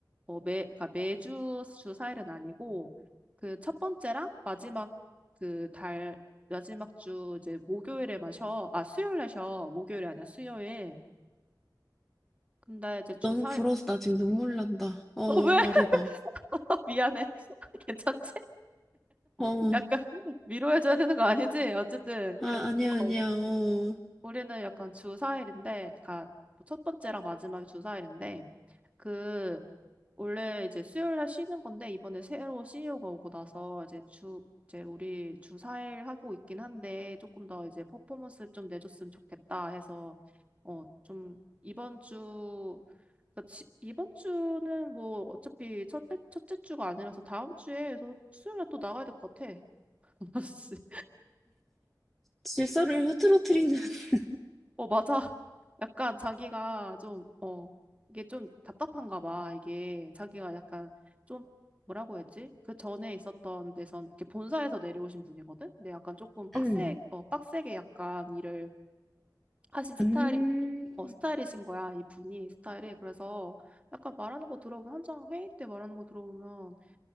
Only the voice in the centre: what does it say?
너무
부러워서 나 지금 눈물 난다. 어,
말해봐.
어.
아,
아니야, 아니야.
어.
질서를 흐트러뜨리는. <laughs>
응.
음.